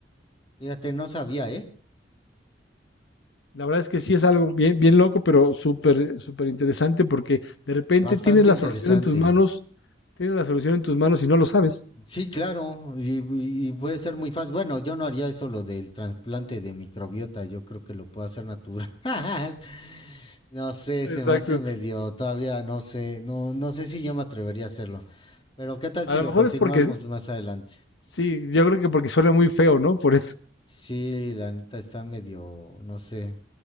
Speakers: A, on the left (about 25°); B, on the left (about 80°).
A: Fíjate, no sabía, ¿eh?
B: La verdad es que sí es algo bien, bien loco, pero súper, súper interesante porque de repente
A: Bastante
B: tienes la
A: interesante.
B: solución en tus manos, tienes la solución en tus manos y no lo sabes.
A: Sí, claro, y, y puede ser muy fácil. Bueno, yo no haría eso lo del trasplante de microbiota, yo creo que lo puedo hacer natural. <laughs> No sé,
B: Exacto.
A: se me hace medio, todavía no sé, no, no sé si yo me atrevería a hacerlo. Pero qué tal
B: A
A: si
B: lo
A: lo
B: mejor
A: continuamos
B: es porque,
A: más adelante.
B: sí, yo creo que porque suena muy feo, ¿no? Por eso.
A: Sí, la neta está medio, no sé,